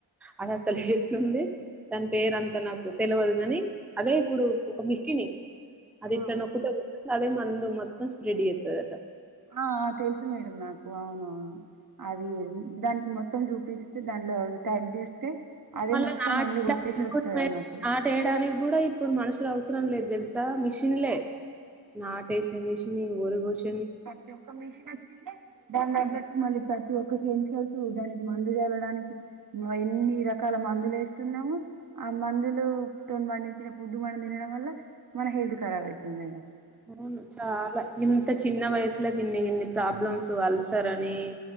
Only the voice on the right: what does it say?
ఆ
ఆ తెలుసు మేడం నాకు అవునవును. అది దానికి మొ త్తం చూపిస్తే దాంట్లో టైప్ చేస్ తే అదే
మొత్తం
మందు కొట్టేసి వస్తాది
అన్నట్టు
ప్రతి ఒక్క మిషన్ వచ్చింది దాని దగ్గర మళ్ళి త ప్రతి ఒక్క కిన్ కెల్తు దానికి మందు జల్లడానికి మ ఎన్నిరకాల మ మందులు ఏస్తున్నాము, ఆ మందులు తొన్ పండించిన ఫుడ్ మనం తినడం వల్ల మన హెల్త్ ఖరాబ్ అయితుంది మేడ